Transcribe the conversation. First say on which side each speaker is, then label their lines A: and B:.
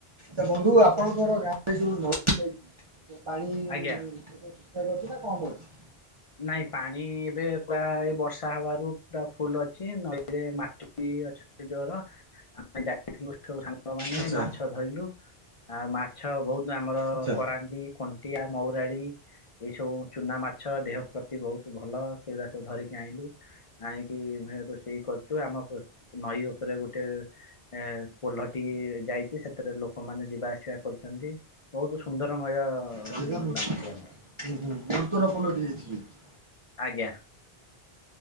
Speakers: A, on the right; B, on the left.
A: ତ ବନ୍ଧୁ ଆପଣଙ୍କର ଗାଁରେ ଯୋଉ ନଇଟି ଯାଇଛି ପାଣି ଏବେ
B: ଆଜ୍ଞା
A: ଠିକ ଠାକ ଅଛି ନା କମ୍ ଅଛି?
B: ନାଇଁ ପାଣି ଏବେ ପୁରା ଏଇ ବର୍ଷା ହବାରୁ ପୁରା ଫୁଲ ଅଛି ନଈରେ ମାଟି ବି ଅ ଜୋର ଆମେ ଯାଇଥିଲୁ ସବୁ ସାଙ୍ଗ ମାନେ
A: ଆଚ୍ଛା
B: ମାଛ ଧରିଲୁ ଆଉ ମାଛ ବହୁତ ଆମର
A: ଆଚ୍ଛା।
B: କରାଣ୍ଡି କଣ୍ଟିଆ ମହୁରାଳି ଏଇ ସବୁ ଚୁନା ମାଛ
A: ଆଚ୍ଛା
B: ଦେହ ତି ବହୁତ ଭଲ ସେଉରା ସବୁ ଧରିକି ଆଣିଲୁ। ଆଣିକି ମେଁ ରୋଷେଇ କରୁଛୁ ଆମ ନଈ ଉପରେ ଗୋଟେ ଏ ପୋଲଟିଏ ଯାଇଛି ସେଥିରେ ଲୋକମାନେ ଯିବା ଆସିବା କରୁଛନ୍ତି। ବହୁତ ସୁନ୍ଦରମୟ
A: <unintelligible>
B: ଗ୍ରାମଟି ଆମର ଆଜ୍ଞା।